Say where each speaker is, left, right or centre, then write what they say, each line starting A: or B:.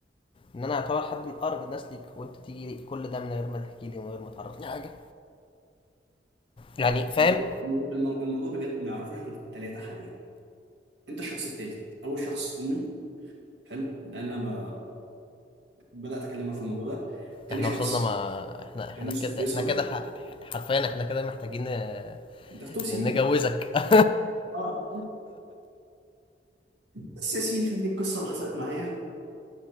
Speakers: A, on the left (about 30°); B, on the right (about 75°).
A: ان انا اعتبر حد من اقرب الناس ليك وانت تيجي لي كل ده من غير ما تحكي لي ومن غير ما تعرفني حاجه يعني فاهم
B: الموضوع الموضوع الموضوع بجد ما يعرفوش غير الثلاثه حاليا انت الشخص التالت اول شخص امي حلو لان انا ما بدات اكلمها في الموضوع ده تاني
A: احنا
B: شخص
A: وصلنا ما احنا احنا
B: كان يوسف
A: كده
B: فيصل
A: احنا كده ح- حرفيا احنا كده محتاجين آه،
B: ده في توب 3
A: نجوزك <laughs>
B: اه بس يا سيدي فهذه القصه اللي حصلت معايا